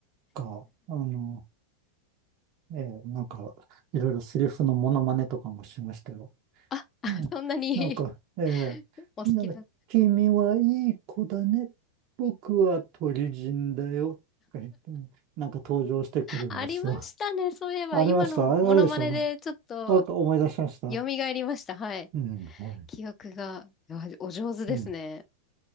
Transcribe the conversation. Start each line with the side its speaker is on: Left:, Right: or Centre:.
Right: か、あの、えーなんか、いろいろセリフのモノマネとかもしましたよ。
Left: あ、<laughs>
Right: うんなんか、
Left: そんなに
Right: ええなんか、
Left: <laughs> お好きだ。
Right: 君はいい子だね。僕は鳥人だよ。<laughs> とか言って、なんか登場してくるんですよ。
Left: ありましたね。そういえば、
Right: ありました。
Left: 今のモノマネでちょっと
Right: あれ、あれでしょ。なんか思い出しました。
Left: 蘇りました。はい。
Right: うん、はい。
Left: 記憶が、いやお上手ですね。
Right: うん。